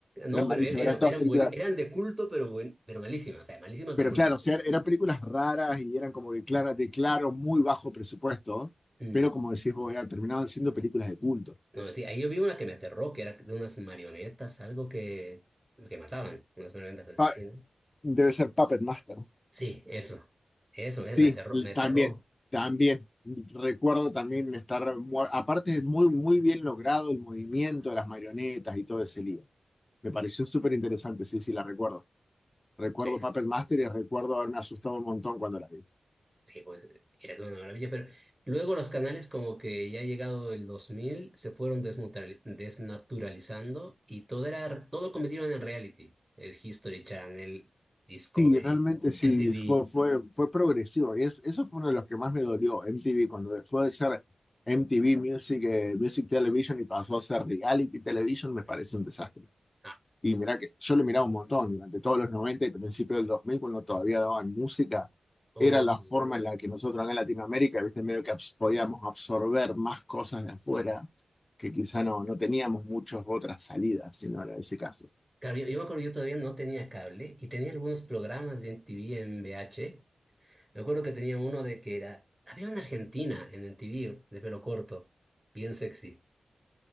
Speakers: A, on the right; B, on the left.
A: No,
B: Eran malísimas,
A: pero er- eran,
B: eran todas
A: eran,
B: películas
A: buen, eran de culto, pero, buen, pero malísimas, o sea, malísimas
B: Pero
A: de culto.
B: claro, o sea, eran películas raras y eran como de, clara, de claro, muy bajo presupuesto,
A: Mm.
B: pero como decís vos, eran- terminaban siendo películas de culto.
A: No, sí, ahí yo vi una que me aterró, que era de unas marionetas, algo que, que mataban, unas marionetas asesinas.
B: Ah, debe ser Puppet Master.
A: Sí, eso, eso, eh,
B: Sí,
A: me aterró,
B: l-
A: me aterró.
B: también, también. Recuerdo también estar, mu- aparte es muy, muy bien logrado el movimiento de las marionetas y todo ese lío. Me pareció súper interesante, sí, sí, la recuerdo. Recuerdo
A: Sí.
B: Puppet Master y recuerdo haberme asustado un montón cuando la vi.
A: Sí, pues es una maravilla, pero luego los canales como que ya llegado el dos mil se fueron desnutral- desnaturalizando y todo era, todo lo convirtieron en reality. El History Channel, Discovery,
B: Sí, realmente sí,
A: MTV.
B: fue, fue, fue progresivo. Y es- eso fue uno de los que más me dolió, MTV, cuando dejó de ser MTV Music, eh, Music Television y pasó a ser Reality Television, me parece un desastre.
A: Ah,
B: Y mira que yo lo miraba un montón durante todos los 90 y principios del 2000 cuando todavía daban música,
A: oh,
B: era la
A: sí.
B: forma en la que nosotros acá en Latinoamérica, viste, medio que abs- podíamos absorber más cosas de afuera, que quizá no, no teníamos muchas otras salidas, si no era ese caso.
A: Claro, yo, yo me acuerdo, yo todavía no tenía cable y tenía algunos programas de MTV en VH. Me acuerdo que tenía uno de que era, había una argentina en MTV de pelo corto, bien sexy.